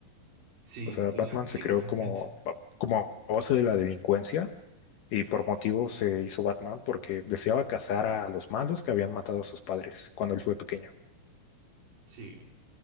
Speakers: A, on the right; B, on the left.
A: Sí,
B: O sea,
A: to-
B: Batman
A: <laughs> sí,
B: se creó
A: totalmente.
B: como, como a base de la delincuencia y por motivo se hizo Batman porque deseaba cazar a los malos que habían matado a sus padres cuando él fue pequeño.
A: Sí,